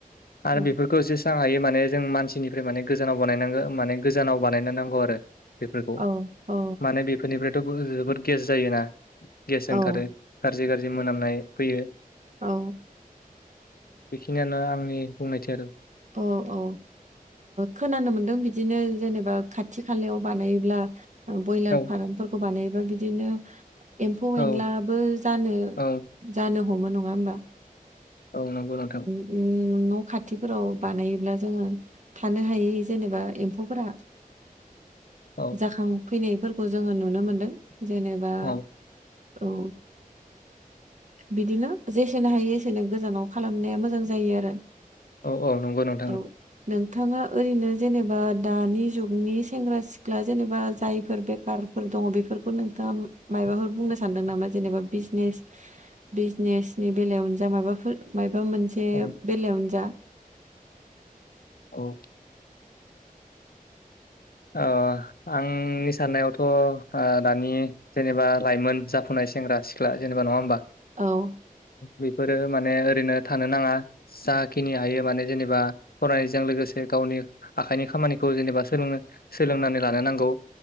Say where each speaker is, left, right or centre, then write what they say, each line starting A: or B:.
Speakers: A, on the left (about 85°); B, on the right (about 55°).
A: आरो
B: औ
A: बेफोरखौ एसे हायो माने जों मानसिनिफ्राय माने गोजानाव बानायनांगौ माने गोजानाव बानायनो नांगौ आरो बेफोरखौ
B: औ औ
A: माने बेफोरनिफ्रायथ' जोबोद गेस जायोना गेस
B: औ
A: ओंखारो गाज्रि गाज्रि मोनामनाय फैयो
B: औ
A: बेखिनियानो आंनि बुंनायथि आरो
B: औ औ खोनानो मोनदों बिदिनो जेनेबा खाथि खालायाव बानायोब्ला ब्रयलार
A: औ
B: फ्रमफोरखौ बानायोबा बिदिनो एम्फौ
A: औ
B: एनलाबो जानो
A: औ
B: जानो हमो नङा होमबा
A: औ नंगौ नोंथां
B: उ न' खाथि फोराव बानायोब्ला जोङो थानो हायै जेनेबा एम्फौफोरा
A: औ
B: जाखांफैनायफोरखौ जोङो नुनो मोनदों जेनेबा
A: औ
B: औ बिदिनो जेसेनो हायो एसेनो गोजानाव खालामनाया मोजां जायो आरो
A: औ औ नंगौंगौ
B: द नोंथाङा ओरैनो जेनेबा दानि जुगनि सेंग्रा सिख्ला जेनेबा जायफोर बेखार दङ बेफोरखौ नोंथाङा माबाफोर बुंनो सानदों नामा जेनेबा बिजनेस बिजनेसनि बेलायावनो जा माबाफोर माबा मोनसे
A: औ
B: बेलायावनो जा
A: औ। अ आंनि साननायावथ' ओ दानि जेनेबा लाइमोन जाफुनाय सेंग्रा सिख्ला जेनेबा नङा होमबा?
B: औ।
A: बेफोरो माने ओरैनो थानो नाङा। जाखिनि हायो माने जेनेबा फरायनायजों लोगोसे गावनि आखाइनि खामानिखौ जेनेबा सोलोङो। सोलोंनानै लानो नांगौ